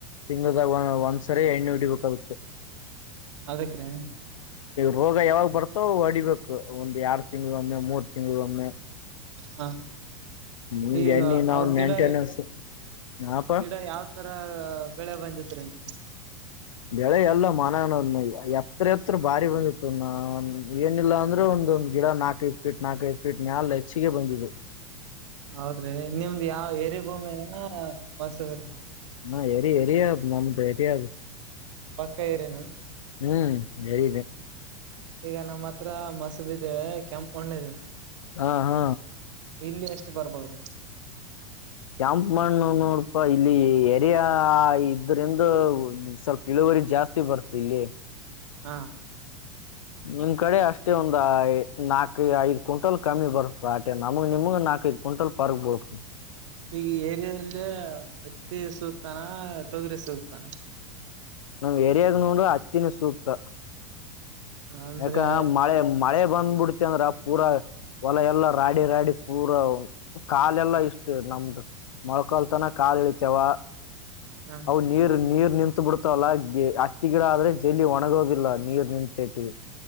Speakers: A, on the left; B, on the right.
A: ತಿಂಗದ ಒಂದು.
B: ಹಾ
A: ಸರಿ ಎಣ್ಣೆ ಉಡಿಬೇಕ್ ಅದಕ್..
B: ಅದಕ್ರೀ
A: ರೋಗ ಯಾವಾಗ ಬರ್ತೋ ಹೊಡಿಬೇಕು ಒಂದ್ ಎರಡು ತಿಂಗ್ಳ ಒಮ್ಮೆ ಮೂರು ತಿಂಗಳು ಒಮ್ಮೆ.
B: ಹಾ
A: ಹಿಂಗೆ
B: ಈಗ
A: ಎಣ್ಣೆ ನಾವು
B: ಗಿಡ......
A: ಮೇಂಟೆನೆನ್ಸ್ ಹಾಪ
B: ಗಿಡ ಯಾವ. ತರ ಬೆಳೆ ಬಂದಿತ್ ರೀ ನೀ.
A: ಬೆಳೆ ಎಲ್ಲ ಮನ ಅಣದ ಮ ಎತ್ರ ಎತ್ರ ಬಾರಿ ಬಂದಿತ್ತು ನ ಏನಿಲ್ಲ ಅಂದ್ರೆ ಒಂದೊಂದು. ಗಿಡ ನಾಕಐದಪೀಟ್ ನಾಕ ಐ ಫೀಟ್ ಮಾಲ ಹೆಚ್ಚಿಗೆ ಬಂದಿದೆ.
B: ಹೌದ್ರಿ ನಿಮ್ದ್ ಯಾವ ಎ ಏರಿ ಭೂಮಿ ಮಸೂರ.
A: ಹಾ ಎರಿ ಎರಿಯ್ದ್ ನಮ್ದು ಎರಿಯದು.
B: ಪಕ್ಕ ಏರಿನಾ.
A: ಹ್ಮ್ ಹರಿದೆ.
B: ಈಗ ನಮ್ಮ್ ಹತ್ರ ಮಸರುದೆ ಕೆಂಪ ಮಣ್ಣೆದೆ.
A: ಹಾ ಹಾ.
B: ಇಲ್ಲಿ ಎಷ್ಟು ಬರ್ಬಹುದು.
A: ಕ್ಯಾಂಪ್ ಮಣ್ಣ ನೋಡಪಾ ಇಲ್ಲಿ. ಇಡ ಇದರಿಂದ ಸ್ವಲ್ಪ ಇಳುವರಿ ಜಾಸ್ತಿ ಬರ್ತದೆ ಇಲ್ಲಿ.
B: ಹಾ
A: ನಿಮ್ ಕಡೆ ಅಷ್ಟೇ ಒಂದ್ ನಾಲ್ಕು ಐದ್ ಕ್ವಿಂಟಲ್ ಕಮ್ಮಿ ಬರು ಆಟೆ ನಮಗ್ ನಿಮಗ ನಾಲ್ಕೈ. ಕ್ವಿಂಟಲ್ ಪಾರ್ಕ್ ಬೋಲತ
B: ಈಗ ಏರಿಯಲ್ಲೇ ಹತ್ತಿ ಸೂಕ್ತಾನ ತೊಗರಿ ಸೂಕ್ತಾನ.
A: ನಮ್ ಎರಿಯಾಗ ನೋಡ್ರ ಅ ಹತ್ತಿನ ಸೂಕ್ತ.
B: ಅಂದ್ರೆ
A: ಯಾಕ ಮಳೆ ಮಳೆ ಬಂದಬಿಡ್ತ. ದ್ರ ಪೂರಾ ಹೊಲ ಎಲ್ಲ ರಾಡಿ ರಾಡಿ ಪೂರಾ. ಕಾಲೆಲ್ಲಾ ಇಷ್ಟು ನಮ್ದು ಮೊಳಕಾಲ್ತನ ಕಾಲ ಇಳಿತೇವ.
B: ಹ
A: ಅ ನೀರ್ ನೀರ್ ನಿಂತು ಬಿಡ್ತಾವಲ್ಲ ಗ ಹತ್ತಿ ಗಿಡ ಆದ್ರೆ ಜಲಿದಿ ಒಣಗೋದಿಲ್ಲ ನೀರ್ ನಿಂತ. ಸಟಿ